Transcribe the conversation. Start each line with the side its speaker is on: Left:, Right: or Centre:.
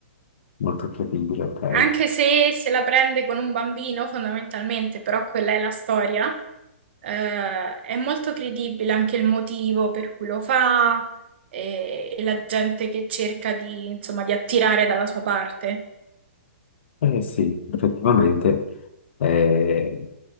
Left: Molto credibile, ok.
Right: anche se se la prende con un bambino, fondamentalmente, però quella è la storia. Eh, è molto credibile anche il motivo per cui lo fa e, e la gente che cerca di, insomma, di attirare dalla sua parte.
Left: Eh sì, effettivamente eh,